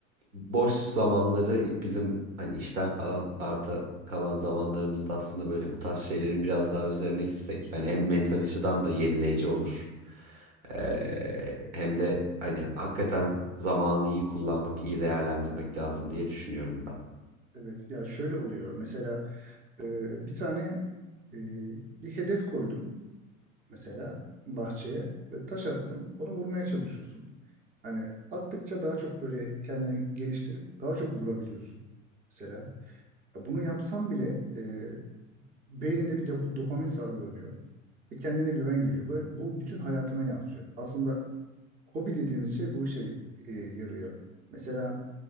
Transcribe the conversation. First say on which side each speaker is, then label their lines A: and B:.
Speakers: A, on the right; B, on the right.
A: boş zamanları bizim hani işten kalan arta kalan zamanlarımızda aslında böyle bu tarz şeylerin biraz daha üzerine gitsek hani hem mental açıdan da yenileyici olur. Ee,
B: Hı hı.
A: hem de hani hakikaten zamanı iyi kullanmak, iyi değerlendirmek lazım diye düşünüyorum ben.
B: Evet ya şöyle oluyor mesela e, bir tane e, bir hedef koydum mesela bahçeye ve taş attım onu vurmaya çalışıyorsun. Hani attıkça daha çok böyle kendini geliştirip daha çok vurabiliyorsun mesela. Ya Bunu yapsam bile e, beyninde bir dop- dopamin salgılanıyor. Ve kendine güven geliyor. Ve bu bütün hayatına yansıyor. Aslında hobi dediğimiz şey bu işe e, yarıyor. Mesela